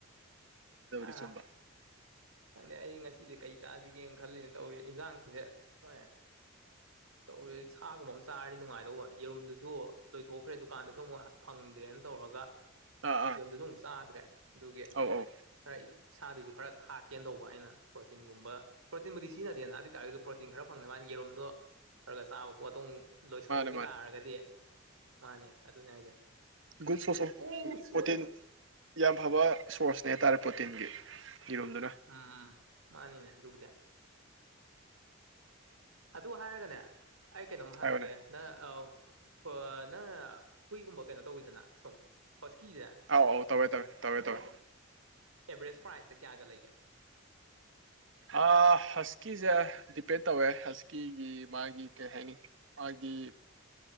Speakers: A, on the right (about 60°); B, on the right (about 85°).
A: ꯑꯗꯨꯕꯨꯗꯤ
B: ꯑꯥ
A: ꯆꯨꯝꯕ
B: ꯈꯪꯗꯦ ꯑꯩ ꯉꯁꯤꯁꯦ ꯀꯩ ꯆꯥꯁꯤꯒꯦꯅ ꯈꯜꯂꯤꯅꯦ ꯇꯧꯔꯤꯁꯦ ꯏꯟꯁꯥꯡꯁꯦ ꯍꯣꯏ ꯇꯧꯔꯤꯁꯦ ꯁꯥꯒꯨꯝꯕ ꯑꯃ ꯆꯥꯔꯗꯤ ꯅꯨꯡꯉꯥꯏꯗꯧꯕ ꯌꯦꯔꯨꯝꯗꯨꯁꯨ ꯂꯣꯏꯊꯣꯛꯈ꯭ꯔꯦ ꯗꯨꯀꯥꯟꯗꯁꯨ ꯑꯃꯨꯛ ꯐꯪꯗ꯭ꯔꯦꯅ ꯇꯧꯔꯒ
A: ꯑꯥ ꯑꯥ
B: ꯌꯦꯔꯨꯝꯗꯨꯁꯨ ꯑꯃꯨꯛ ꯆꯥꯗ꯭ꯔꯦ ꯑꯗꯨꯒꯤ
A: ꯑꯧ ꯑꯧ
B: ꯍꯥꯏꯔꯛꯏꯁꯦ ꯏꯁꯥꯗꯨꯁꯨ ꯈꯔ ꯊꯥꯛꯀꯦꯅ ꯇꯧꯕ ꯑꯩꯅ ꯄ꯭ꯔꯣꯇꯤꯟꯒꯨꯝꯕ ꯄ꯭ꯔꯣꯇꯤꯟꯕꯨꯗꯤ ꯁꯤꯖꯤꯟꯅꯗꯦꯅ ꯑꯗꯨ ꯑꯣꯏꯇꯥꯔꯒꯁꯨ ꯄ꯭ꯔꯣꯇꯤꯟ ꯈꯔ ꯐꯪꯅꯕ ꯃꯤ ꯌꯦꯔꯨꯝꯗꯣ ꯈꯔ ꯈꯔꯒ ꯆꯥꯕ ꯄꯣꯠꯇꯣ ꯑꯃꯨꯛ ꯂꯣꯏꯊꯣꯛꯈꯤ
A: ꯃꯥꯅꯦ ꯃꯥꯅꯦ
B: ꯇꯥꯔꯒꯗꯤ ꯃꯥꯅꯦ ꯑꯗꯨꯅꯦ ꯍꯥꯏꯁꯦ
A: ꯒꯨꯗ ꯁꯣꯔꯁꯦꯁ
B: ꯑꯣ ꯆꯣꯠꯂꯦ
A: ꯄ꯭ꯔꯣꯇꯤꯟ ꯌꯥꯝ ꯐꯕ ꯁꯣꯔꯁꯅꯦ ꯍꯥꯏꯇꯥꯔꯦ ꯄ꯭ꯔꯣꯇꯤꯟꯒꯤ ꯌꯦꯔꯨꯝꯗꯨꯅ
B: ꯑꯥ ꯃꯥꯅꯤꯅꯦ ꯑꯗꯨꯕꯨꯗꯤ ꯑꯗꯨ ꯍꯥꯏꯔꯒꯅꯦ ꯑꯩ ꯀꯩꯅꯣꯝ ꯍꯪꯒꯦ
A: ꯍꯥꯏꯌꯣꯅꯦ
B: ꯅꯪ ꯑꯧ ꯑꯣ ꯅꯪ ꯍꯨꯏꯒꯨꯝꯕ ꯀꯩꯅꯣ ꯇꯧꯋꯤꯗꯅ ꯁꯨꯝ ꯍꯣꯁꯀꯤꯁꯦ
A: ꯑꯥꯎ ꯑꯥꯎ ꯇꯧꯋꯦ ꯇꯧꯋꯦ ꯇꯧꯋꯦ
B: ꯅꯪ
A: ꯇꯧꯋꯦ
B: ꯑꯦꯚꯔꯦꯖ ꯄ꯭ꯔꯥꯏꯖꯇ ꯀꯌꯥꯒ ꯂꯩꯒꯦ
A: ꯑ ꯍꯁꯀꯤ ꯖꯦ ꯗꯤꯞ ꯄ꯭ꯔꯤꯠ ꯇꯧꯋꯦ ꯍꯁꯀꯤꯒꯤ ꯃꯥꯒꯤ ꯀꯩ ꯍꯥꯏꯅꯤ ꯃꯥꯒꯤ